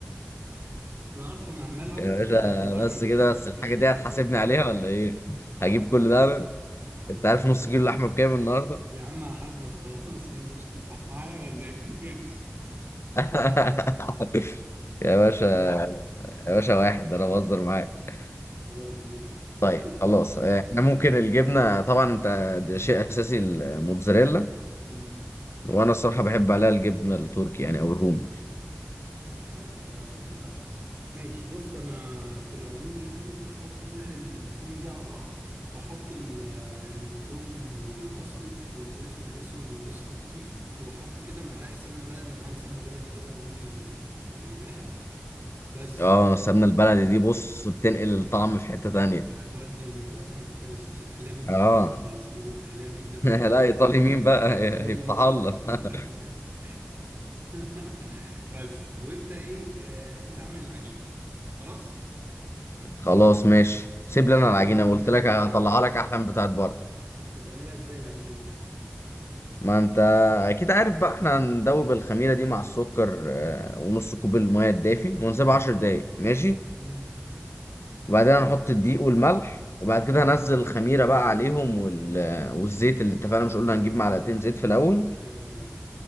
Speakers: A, on the right; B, on the left.
A: <laughs> انا اصلا عمال اطلب
B: يا باشا
A: اكل من بره
B: بس
A: ما
B: كده بس
A: بعملش
B: الحاجه
A: اكل
B: دي هتحاسبني
A: في البيت خالص
B: عليها ولا ايه
A: هحاسبك
B: هجيب كل
A: يا
B: ده
A: عم
B: انا
A: هحاسبك
B: انت عارف نص كيلو لحمه بكام النهارده
A: يا عم هحاسبك خلاص <laughs> ما انت مش هتدفع معايا ولا ايه
B: <laughs> يا باشا
A: <laughs>
B: يا باشا واحد انا بهزر معاك
A: خلاص ماشي
B: طيب
A: طيب
B: خلاص آه، احنا ممكن الجبنه طبعا انت ده شيء اساسي الموتزاريلا
A: امم
B: وانا الصراحه بحب عليها الجبنه التركي يعني او الرومي
A: طيب خلاص اتفقنا ماشي بص انا في العموم يعني هحط كل اللحوم دي على بعض واحط ال- التوم والبصل والفلفل الاسود وجوزة الطيب واحط كده معلقه سمنه بلدي انا عندي سمنه بلدي كده امي جايباها بس
B: اه السمنه البلدي دي بص بتنقل الطعم في حته تانية
A: هتودي الموضوع في حتة تانية بس مش هتخليها بيتزا
B: اه
A: ايطالي خالص ما هتخليها بيتزا
B: <laughs>
A: منوفي
B: لا ايطالي
A: فاهم
B: مين
A: <laughs>
B: بقى
A: تخلي الموضوع
B: يفتح الله
A: <laughs> مختلف
B: <laughs>
A: يعني <laughs> بس وانت ايه آه انت اعمل العجينة خلاص
B: خلاص ماشي
A: طب
B: سيب
A: انت
B: لي
A: هتعمل
B: انا العجينه
A: العجينه
B: قلت
A: دي
B: لك
A: ازاي
B: هطلعها لك احلى من بتاعت بره
A: هتعملها ازاي العجينه دي
B: ما انت اكيد عارف بقى احنا هندوب الخميره دي مع السكر آه، ونص كوب الميه الدافي ونسيبها 10 دقايق ماشي
A: امم
B: وبعدين هنحط الدقيق والملح وبعد كده هنزل الخميرة بقى عليهم وال... والزيت اللي اتفقنا مش قلنا هنجيب معلقتين زيت في الأول
A: ايوه ايوه